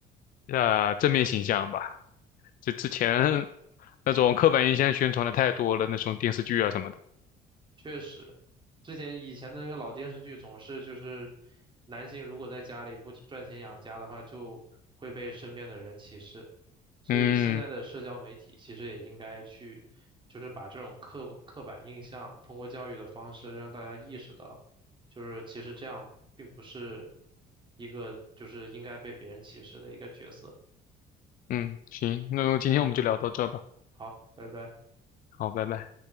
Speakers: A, on the left; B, on the right.
A: 呃，正面形象吧。这之前那种刻板印象宣传的太多了，那种电视剧啊什么的。
B: 确实，之前以前的那个老电视剧总是就是男性如果在家里不赚钱养家的话，就会被身边的人歧视。所以现在的社交媒体其实也应该去，
A: 嗯
B: 就是把这种刻刻板印象通过教育的方式让大家意识到，就是其实这样并不是一个就是应该被别人歧视的一个角色。
A: 嗯，行，那今天我们就聊到这吧，
B: 好，拜拜。
A: 好，拜拜。